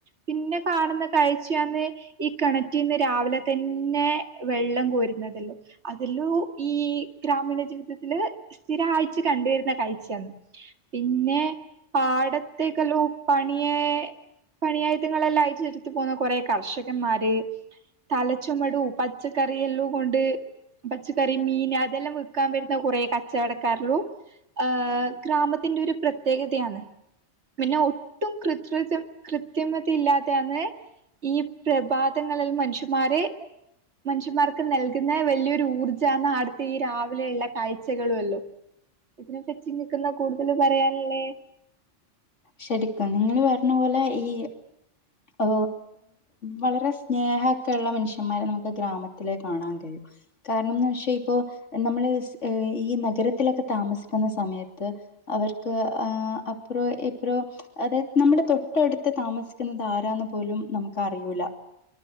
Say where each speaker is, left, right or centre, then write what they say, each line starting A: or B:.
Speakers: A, on the right; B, on the left.
A: പിന്നെ കാണുന്ന കാഴ്ചയാ ന്ന് ഈ കെണറ്റിന്ന്. രാവിലെ തന്നെ വെള്ളം കോരുന്നതല്ലോ അതെല്ലോ ഈ ഗ്രാമീണ ജീവിതത്തില് സ്ഥിര. ആയിട്ട്. കണ്ടുവരുന്ന. കാഴ്ച ആണ് പിന്നെ പാടത്തേക്കല്ലോ പണിയെ പണിയായുധങ്ങളെല്ലാം ആയിട്ട് ചുരുത്ത് പോകുന്ന കൊറെ കർഷകന്മാര് തലച്ചുമടു പച്ചക്കറിയെല്ലാം കൊണ്ട് പച്ചക്കറി മീൻ അതെല്ലാം വിൽക്കാൻ വരുന്ന കുറെേ കച്ചവടക്കാരുള്ളു ഹ ഗ്രാമത്തിന്റെ ഒരു പ്രത്യേകതയാണ് പിന്നെ ഒട്ടും കൃത് കൃത്യമതയില്ലാതെയാണ് ഈ പ്രഭാതങ്ങളിൽ മനുഷ്യുമാരെ മനുഷ്യന്മാർക്ക് നൽകുന്ന വലിയൊരു ഊർജ്ജാന്ന് അടുത്ത് ഈ രാവിലെയ ഉുള്ള കാഴ്ചകളുമല്ലോ ഇതിന് പറ്റി നിങ്ങക്ക് എന്താ കൂടുതൽ പറയാനുള്ളെ
B: ശരിക്കും നിങ്ങൾ പറഞ്ഞ പോലെ ഈ ഹോ. വളരെ സ്നേഹക്കെ ഉള്ള മനുഷ്യന്മാരെ നമുക്ക് ഗ്രാമത്തിലെ കാണാൻ കഴിയും കാരണംന്ന് വെച്ചാ ഇപ്പൊ നമ്മള് ഈ നഗരത്തിലൊക്കെ താമസിക്കുന്ന സമയത്ത് അവർക്ക് ആ അപ്പുറോ ഇപ്പുറോ അതായത് നമ്മുടെ തൊട്ടടുത്ത് താമസിക്കുന്നത് ആര ആരാന്നു പോലും നമുക്ക്അറിയൂല്ല